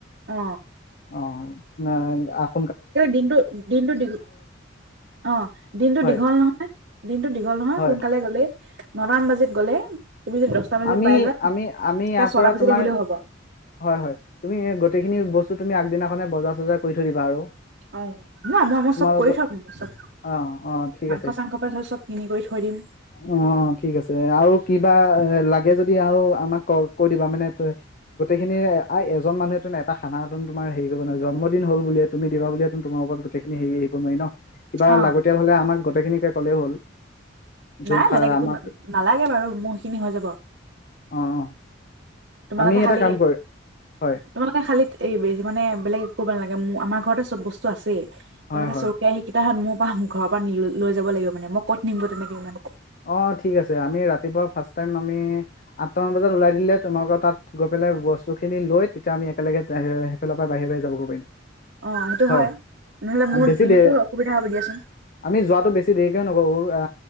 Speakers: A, on the right; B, on the left.
A: অ
B: অঁ। ন‌আক <inaudible>
A: দিনটো দিনটো দীঘল নহয়, দিনটো
B: হয়
A: দীঘল নহয় দিনটো দীঘল নহয়
B: হয়
A: সোনকালে গ'লেই। ন টামান বাজিত গ'লে। তুমি যদি দহটা বাজি
B: আমি
A: পাই যোৱা
B: আমি আমি ইয়াৰ
A: তেতিয়া ছটা
B: পৰা
A: বাজিত
B: তোমাৰ
A: আহিলেও হ'ব।
B: হয় হয় তুমি গোটেইখিনি বস্তু। তুমি আগদিনাখনে বজাৰ চজাৰ কৰি থৈ দিবা আৰু।
A: অ ন মই মই
B: তোমালোকৰ
A: চব কৰি থম চব
B: অ অ ঠিক
A: মাংস
B: আছে
A: চাংস পা চব কিনি কৰি থৈ দিম।
B: অ অ ঠিক আছে আৰু কিবা এ লাগে যদি আওঁ আমাক ক কৈ দিবা মানে তই গোটেইখিনি আ এজন মানুহ তো এটা খানা তো তোমাৰ হেৰি কৰিব নোৱাৰা জন্মদিন হ'ল বুলিয়ে তুমি দিবাবুলিয়ে চোন তোমাৰ ওপৰতেই গোটেইখিনি সেৰি এৰিব নোৱাৰি ন। কিবা
A: অ',
B: লাগতিয়াল হলে আমাক। গোটেইখিনিকে কলেওঁ হ'ল। যোন
A: নাই
B: খা
A: বেলেগ একো
B: আমাক
A: নালাগে বাৰু মোৰ সিখিনি হৈ যাব।
B: অ অ।
A: তোমালোকে
B: আমি এটা
A: খালি
B: কাম কৰি হয়
A: তোমালোকে খালী এইবেৰি মানে বেলেগ একো কৰিব নালাগে মোৰ আমাক। ঘৰতে চব বস্তু আছেই। মানে
B: হয়
A: হে
B: হয়
A: চৌ কেৰাহী কেইটাহত মোক। বা ঘৰৰ পৰা নি লৈ যাব লাগিব মানে মই কত নিম ক তেনেকে মানে।
B: অ ঠিক আছে আমি ৰাতিপুৱা ফাষ্ট টাইম আমি। আঠটামান বজাত ওলাই দিলে তোমালোকৰ তাত গৈ পেলাই বস্তুখিনি লৈ। তেতিয়া আমি একেলগে সেই‌ফেলাক। বাহিৰে বাহিৰে যাবগৈ পাৰিম।
A: অ', সেইটো
B: হয়
A: নহ'লে মোৰ
B: বেছি
A: মোৰো
B: দেৰি
A: অসুবিধা হ'ব দিয়াচোন।
B: আমি যোৱাটো বেছি দেৰিকে নকৰো। অ